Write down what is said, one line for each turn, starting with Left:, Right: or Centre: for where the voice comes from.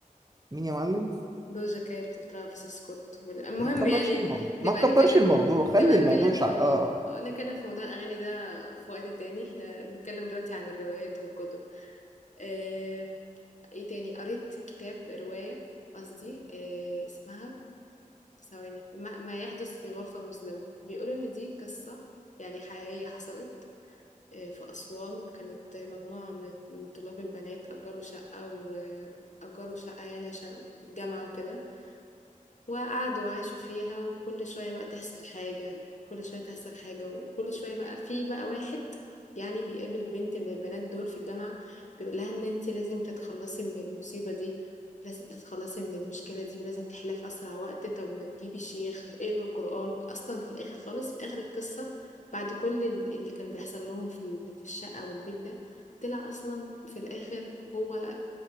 Right: مين يا معلم؟
Left: دوجا كات وترافيس سكوت وال- المهم
Right: ما تكبرش
Left: يعني
Right: الموضوع
Left: نبقى
Right: ما تكبرش
Left: نتكلم
Right: الموضوع خلي
Left: نبقى
Right: الموضوع
Left: نتكلم
Right: شع...
Left: في
Right: آه
Left: مو... آه، نتكلم في موضوع الأغاني ده في وقت تاني احنا بنتكلم دلوقتي عن الروايات والكتب اه... ايه تاني قريت كتاب رواية قصدي اه... اسمها ثواني ما, ما يحدث في غرفة مظلمة بيقول إن دي قصة يعني حقيقية حصلت آه، في أسوان كانت آه، مجموعة من من طلاب البنات أجروا شقة وأجروا شقة يعني عشان الجامعة وكده وقعدوا وعاشوا فيها وكل شوية بقى تحصل حاجة كل شوية تحصل حاجة وكل شوية بقى في بقى واحد يعني بيقابل بنت من البنات دول في الجامعة بيقول لها ان انت لازم تتخلصي من المصيبة دي لازم تتخلصي من المشكلة دي ولازم تحلها في أسرع وقت طب ما تجيبي شيخ اقري قرآن أصلا في الآخر خالص في آخر القصة بعد كل ال- اللي كان بيحصل لهم في ال- في الشقة والبيت ده طلع أصلا في الآخر هو